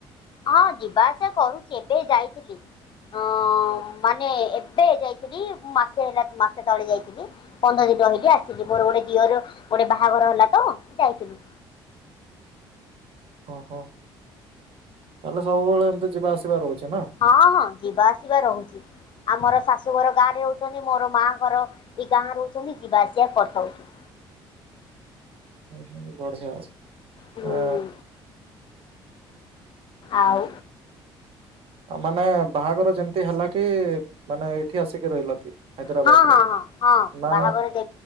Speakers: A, on the left; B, on the right.
A: ହଁ ଯିବା ଆସିବା କରୁଛି ଏବେ ଯାଇଥିଲି। ଅ ମାନେ ଏବେ ଯାଇଥିଲି ମାସେ ହେଲା ମାସେ ତଳେ ଯାଇଥିଲି। ପନ୍ଦର ଦିନ ରହିଲି ଆସିଛି ମୋର ଗୋଟେ ଦିଅର ଗୋଟେ ବାହାଘର ହେଲା ତ ଯାଇଥିଲୁ।
B: ଓ ହୋ ତାହେଲେ ସବୁବେଳେ ଏମତି ଯିବା ଆସିବା ରହୁଛି ନା।
A: ହଁ ହଁ ଯିବା ଆସିବା ରହୁଛି ଆମର ଶାଶୁ ଘର ଗାଁ ରେ ରହୁଛନ୍ତି ମୋର ମା ଘର। ଏଇ ଗାଁ ରହୁଛନ୍ତି ଯିବା ଆସିବା କଥା ହଉଛନ୍ତି।
B: ହ ହୁଁ ବଢିଆ
A: ହୁଁ
B: ଆ।
A: ଆଉ।
B: <inaudible> ଆ ମାନେ ବାହାଘର ଯେମିତି ହେଲା କି ମାନେ ଏଇଠି ଆସିକି ରହିଲ କି? ହାଇଦ୍ରାବାଦରେ
A: ହଁ ହଁ ହଁ ହଁ
B: ନା
A: ବାହାଘର ଯେ